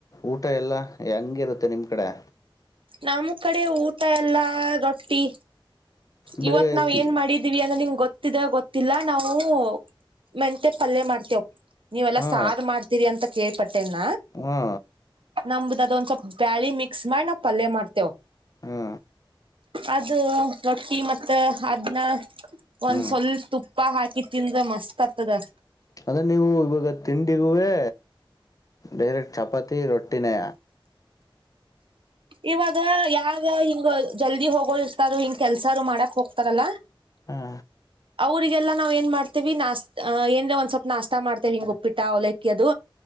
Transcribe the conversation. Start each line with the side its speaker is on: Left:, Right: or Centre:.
Left: ಊಟ ಎಲ್ಲಾ ಹೆಂಗಿರುತ್ತೆ ನಿಮ್ ಕಡೆ.
Right: ನಮ ಕಡೆ ಊಟ ಎಲ್ಲಾ ರೊಟ್ಟಿ
Left: ಬೆಳಿಗ್ಗೆ
Right: ಇವತ ನಾವ
Left: ತಿ
Right: ಏನ್ ಮಾಡಿದ. ದ್ವಿ ಅಂದ ನಿಂಗ ಗೊತ್ತಿದೆ ಗೊತ್ತಿಲ್ಲ ನಾವು. ಮೆಂತೆ ಪಲ್ಯ ಮಾಡ್ತವಪ್ಪ ನೀವೆಲ್ಲಾ
Left: ಹಾ
Right: ಸಾರು ಮಾಡ್ತೀರಿ ಅಂತ ಕೇಳ್ಪಟ್ಟೇನ.
Left: ಹಾ
Right: ನಮ್ದ ಅದ ಒಂದ ಸ್ವಲ್ಪ್ ಬ್ಯಾಳಿ ಮಿಕ್ಸ್ ಮಾಡಿ ನಾವು ಪಲ್ಯ ಮಾಡ್ತೇವ.
Left: ಹಾ
Right: ಅದು ರೊಟ್ಟಿ, ಮತ್ತ ಅದನ್ನ ಒಂದ
Left: ಹ್ಮ್
Right: ಸ್ವಲ್ಪ ತುಪ್ಪ ಹಾಕಿ ತಿಂದ್ರೆ ಮಸ್ತ್ ಆಗ್ತದ.
Left: ಅದರೆ ನೀವು ಇವಾಗ ತಿಂಡಿಗುವೇ ಡೈರೆಕ್ಟ್ ಚಪಾತಿ ರೊಟ್ಟಿನೇ
Right: ಇವಾಗ ಯಾವ ಹಿಂಗ ಜಲ್ದಿ ಹೋಗೋ ಇರ್ತಾರ ಹಿಂಗ್ ಕೆಲ್ಸಾರರು ಮಾಡಕ್ ಹೋಗ್ತಾರಲ್ಲ.
Left: ಹಾ
Right: ಅವರಿಗೆಲ್ಲ ನಾವು ಏನ್ ಮಾಡ್ತೀವಿ ನಷ್ಟಾ ಏನರೇ ಒಂದ್ ಸ್ವಲ್ಪ ನಾಷ್ಟ ಮಾಡ್ತೇವೆ ಹಿಂಗ ಉಪ್ಪಿಟ್ಟ, ಅವಲಕ್ಕಿ ಅದು